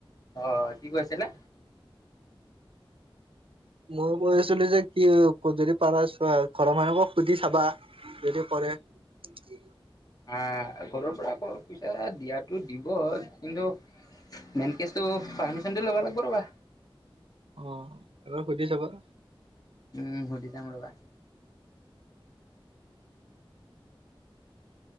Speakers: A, on the left; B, on the right.
A: অহ কি কৈছিলে?
B: মই কৈ আছিলোঁ যে কি যদি পাৰা চোৱা । ঘৰৰ মানুহকো সুধি চাবা যদি কৰে--।
A: অ ঘৰৰ পৰা পইছা দিয়াতো--। দিব কিন্তু--। মেন কেছটো পাৰ্মিচনটো ল'ব লাগিব ৰ'বা।
B: অহ- এবাৰ সুধি চাবা।
A: উম! সুধি চাম ৰ'বা।